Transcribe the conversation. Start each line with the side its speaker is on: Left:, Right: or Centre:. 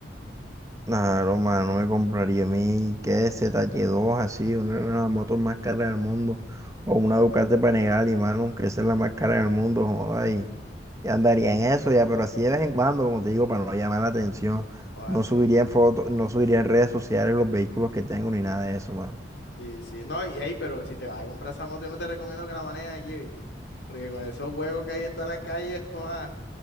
Right: Claro, mano, no me compraría a mí, que Z zh dos así, una de las motos más caras del mundo, o una Ducati Panigale, mano, aunque esa es la más cara del mundo, joda, y, y andaría en eso ya, pero así de vez en cuando, como te digo, para no llamar la atención,
Left: o así,
Right: no subiría
Left: mano.
Right: en fotos, no subiría en redes sociales los vehículos que tengo, ni nada de eso, mano.
Left: Sí, sí. No, y ahí, pero si te vas a comprar esa moto, yo no te recomiendo que la manejes aquí, ¿viste? Porque con esos huevos que hay en todas las calles, <laughs> joa,